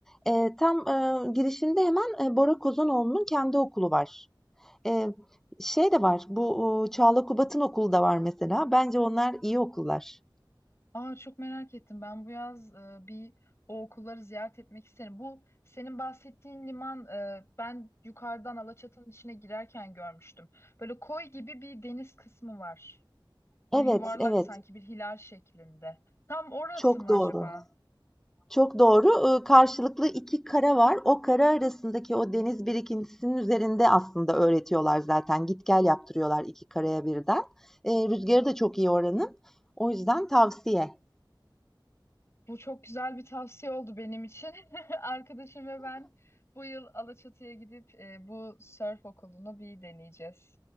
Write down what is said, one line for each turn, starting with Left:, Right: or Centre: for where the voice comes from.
Centre: Eee, tam, eee, girişinde hemen, eee, Bora Kozanoğlu'nun kendi okulu var. Eee, şey de var, bu, uuu, Çağla Kubat'ın okulu da var mesela. Bence onlar iyi okullar.
Left: Aa çok merak ettim. Ben bu yaz e, bir o okulları ziyaret etmek isterim. Bu senin bahsettiğin liman e, ben yukarıdan Alaçatı'nın içine girerken görmüştüm. Böyle koy gibi bir deniz kısmı var. Böyle
Centre: Evet,
Left: yuvarlak
Centre: evet.
Left: sanki bir hilal şeklinde. Tam orası
Centre: Çok
Left: mı
Centre: doğru.
Left: acaba?
Centre: Çok doğru. Ee, Karşılıklı iki kara var. O kara arasındaki o deniz birikintisinin üzerinde aslında öğretiyorlar zaten. Git gel yaptırıyorlar iki karaya birden. Ee, rüzgarı da çok iyi oranın. O yüzden tavsiye.
Left: Bu çok güzel bir tavsiye oldu benim için. <laughs> Arkadaşım ve ben bu yıl Alaçatı'ya gidip e, bu surf okulunu bir deneyeceğiz.